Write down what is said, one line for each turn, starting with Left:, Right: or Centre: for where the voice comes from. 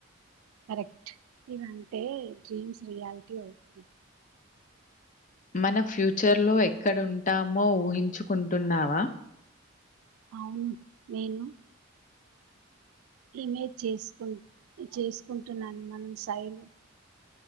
Right: కరెక్ట్ ఇవంటే డ్రీమ్స్ రియాలిటీ అవుతుంది
Left: మన ఫ్యూచర్ లో ఎక్కడుంటామో ఊహించుకుంటున్నావా
Right: అవును నేను ఈమె చేసుకు చేసుకుంటున్నాను మన్ సైలే